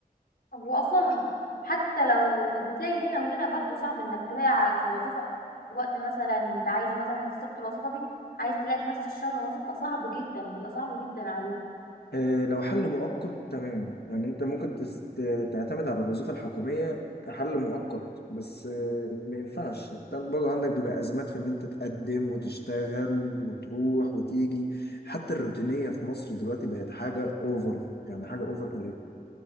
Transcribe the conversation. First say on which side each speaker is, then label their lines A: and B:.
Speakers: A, on the left; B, on the left.
A: هو اصلا حتى لو بتلاقي هنا وهنا برضو صعب انك تلاقي في وظيفة في وقت مثلا انت عايزه مثلا انت سبت الوظيفة دي عايز تلاقي في نفس الشهر وظيفة صعب جدا بيبقى صعب جدا عليك
B: آه، لو حل مؤقت تمام يعني انت ممكن تس- ت- تعتمد على الوظيفة الحكومية كحل مؤقت بس آه، ما ينفعش انت برضه عندك بيبقى أزمات في ان انت تقدم وتشتغل وتروح وتيجي حتى الروتينية في مصر دلوقتي بقت حاجة اوفر يعني حاجة اوفر قوي